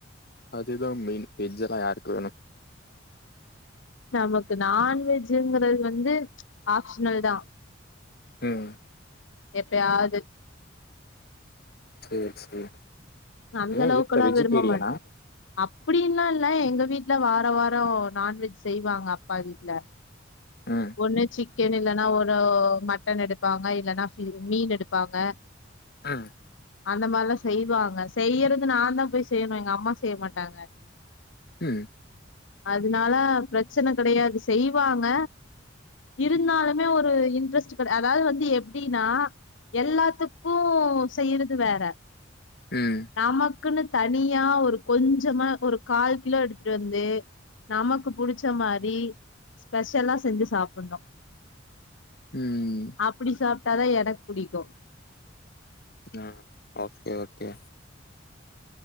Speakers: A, on the left; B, on the left.
A: அதுதா மெயின் வெஜ்ஜெல்லா யாருக்கு வேணு
B: நமக்கு நான்வெஜ்ஜுங்கிறது வந்து ஆப்ஷனல் தா
A: ம்
B: எப்பயாவது
A: சேரி சேரி
B: அந்த
A: ஏ
B: அளவுக்ககெல்லாம்
A: வீட்ல வெஜிடேரியனா
B: விரும்ப மாட்டேன் அப்டின்ல்லா இல்ல எங்க வீட்ல வாரம் வாரம் நான்வெஜ் செய்வாங்க அப்பா வீட்ல
A: ம்
B: ஒண்ணு சிக்கன் இல்லன்னா ஒரு மட்டன் எடுப்பாங்க இல்லன்னா மீனு எடுப்பாங்க <inaudible>
A: ஆ
B: அந்த மாரிலாம் செய்வாங்க செய்யறது நான் தான் போய் செய்யணும் எங்க அம்மா செய்ய மாட்டாங்க
A: ம்
B: அதுனால பிரச்சன கெடையாது செய்வாங்க இருந்தாலுமே ஒரு இன்ட்ரெஸ்ட் கெடையா அதாவது வந்து எப்டின்னா எல்லாத்துக்கும் செய்றது வேற
A: ம்
B: நமக்குன்னு தனியா ஒரு கொஞ்சமா ஒரு கால் கிலோ எடுத்துட்டு வந்து நமக்கு புடிச்ச மாதிரி ஸ்பெஷலா செஞ்சு சாப்புணும்
A: ம்
B: அப்டி சாப்ட்டாதான் எனக்கு புடிக்கும்
A: ம் ஓகே ஓகே